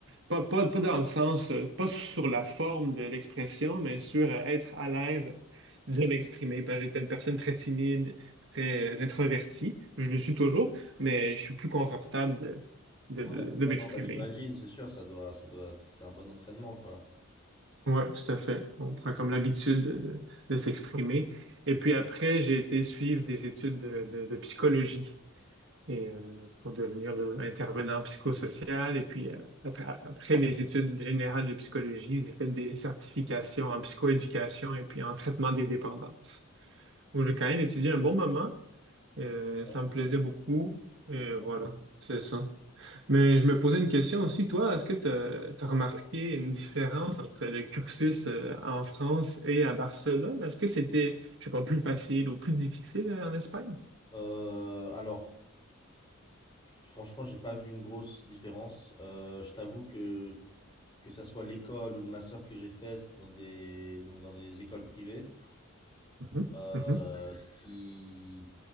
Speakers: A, on the right; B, on the left.
A: pas, pas, pas dans le sens, euh, pas sur la forme de l'expression, mais sur euh, être à l'aise de m'exprimer. Parce que j'étais une personne très timide, très euh, introvertie. Je le suis toujours, mais je suis plus confortable de, de,
B: Ouais,
A: de, de
B: bah
A: m'exprimer.
B: non, bah j'imagine, c'est sûr, ça doit, ça doit, c'est un bon entraînement, quoi.
A: Ouais, tout à fait. On prend comme l'habitude de, de, de s'exprimer. Et puis après, j'ai été suivre des études de, de, de psychologie. et euh, pour devenir là, intervenant psychosocial. Et puis, euh, après, après les études générales de psychologie, j'ai fait des certifications en psychoéducation et puis en traitement des dépendances. Donc, j'ai quand même étudié un bon moment. Euh,
B: Ah
A: ça
B: ouais,
A: me
B: j'imagine.
A: plaisait beaucoup. Et
B: Ok.
A: voilà, c'est ça. Mais je me posais une question aussi, toi, est-ce que tu as, remarqué une différence entre le cursus euh, en France et à Barcelone? Est-ce que c'était, je sais pas, plus facile ou plus difficile euh, en Espagne?
B: Euh, alors, franchement, j'ai pas vu une grosse différence. Euh, je t'avoue que que ça soit l'école ou le master que j'ai fait c'est dans des donc dans des écoles privées,
A: Mhm,
B: euh,
A: mhm,
B: ce qui